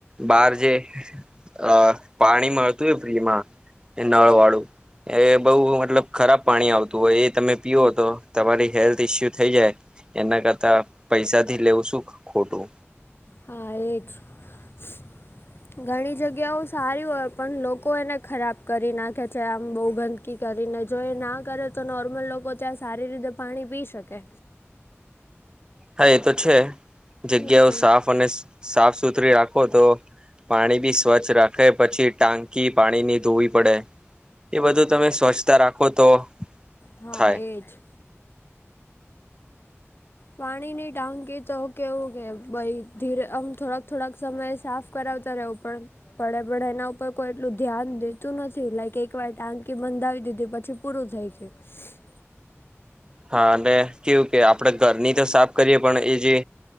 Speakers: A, on the right; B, on the left.
A: બહાર જે અ પાણી મળતું હોય ફ્રી માં એ નળ વાળું એ બહુ મતલબ ખરાબ પાણી આવતું હોય એ તમે પીવો તો તમારી હેલ્થ ઈસ્યુ થઈ જાય એના કરતા પૈસાથી લેવું શું ખ ખોટું.
B: હા એજ <unintelligible> ઘણી જગ્યાઓ સારી હોય પણ લોકો એને ખરાબ કરી નાખે છે આમ બોહુ ગંદ કી કરીને જો એ ના કરે તો નોર્મલ લોકો ત્યાં સારી રીતે પાણી પી શકે.
A: હા એ તો છે જગ્યાઓ
B: હમ
A: સાફ અને શ સાફ સુથરી રાખો તો પાણી બી સ્વચ્છ રાખે પછી ટાંકી પાણી ની ધોવી પડે એ બધું તમે સ્વચ્છતા રાખો તો
B: હા
A: થાય.
B: એજ પાણી ની ટાંકી તો કેવું કે ભઈ ધીરે આમ થોડાક થોડાક સમયે સાફ કરાવતા રેવો પણ પડે પડે એના ઉપર કોઈ એટલું ધ્યાન દેતું નથી લાઈક એક વાર ટાંકી બંધાવી દીધી પછી પૂરું થઈ ગ્યું. <inaudible>
A: હા અને કેવું કે આપડે ઘરની તો સાફ કરીએ પણ એ જે